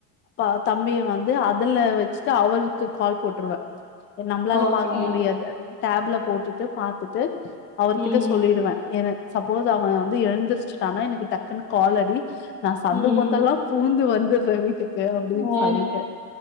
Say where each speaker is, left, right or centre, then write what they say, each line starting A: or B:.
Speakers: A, on the left (about 25°); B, on the left (about 85°).
A: பா தம்பிய வந்து அதுல வச்சுட்டு அவருக்கு கால் போட்டுருவ நம்பளால
B: ஓகே
A: பாக்க முடியாது டேப்ல போட்டுட்டு பாத்துட்டு அவர்கிட்ட
B: ம்
A: சொல்லிடுவே என சப்போஸ் அவ வந்து எழுந்திருச்டான்னா எனக்கு டக்குன்னு கால் அடி நா சந்து
B: ம்
A: பொந்தெல்லா பூந்து வந்து <unintelligible> <inaudible> அப்டினு
B: ஆ
A: சொல்லிட்டு